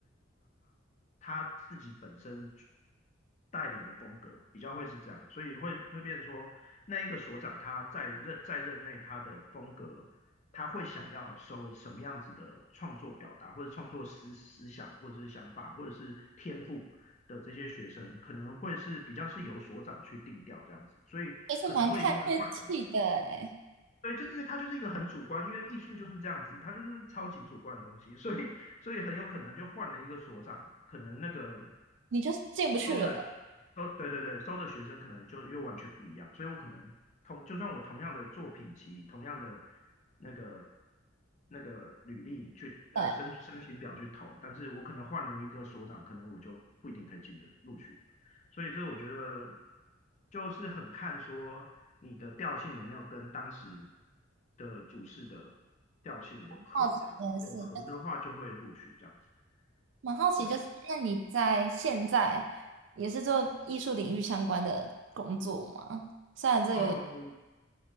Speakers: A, on the left; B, on the right.
A: 他自己本身带领的风格，比较会是这样，所以会会变成说，那一个所长他在任在任内他的风格，他会想要收什么样子的创作表达，或者创作思思想，或者是想法，或者是天赋。的这些学生可能会是比较是由所长去定调这样子，所以可能会因为换人
B: 其是蛮看运气的诶，
A: 对，就是因为他就是一个很主观，因为艺术就是这样子，他就是超级主观的东西，所以所以很有可能就换了一个所长，可能那个
B: 你就是进不去了。
A: 收的收对对对收的学生可能就又完全不一样，所以我可能同就算我同样的作品集、同样的那个那个履历去呃申申请表去投，
B: 对，
A: 但是我可能换了一个所长，可能我就不一定可以进的录取。所以这我觉得就是很看说你的调性有没有跟当时的主事的调性有合这样子，
B: 好奇这件事，
A: 有合的话就会录取这样子。
B: 就是蛮好奇，
A: 对啊。
B: 就是那你在现在也是做艺术领域相关的工作吗？虽然这有点
A: 哦，